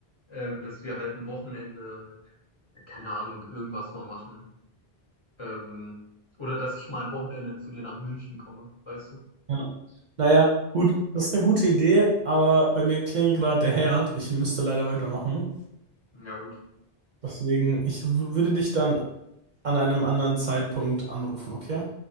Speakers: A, on the left; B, on the right.
A: ähm, dass wir halt ein Wochenende, keine Ahnung, irgendwas mal machen. Ähm, oder dass ich mal ein Wochenende zu dir nach München komme, weißt du?
B: Ja. Naja, gut, das ist eine gute Idee, aber bei mir klingelt gerade der Herd. Ich müsste leider weitermachen.
A: Ja, gut.
B: Deswegen, ich w- würde dich dann an einem anderen Zeitpunkt anrufen, okay?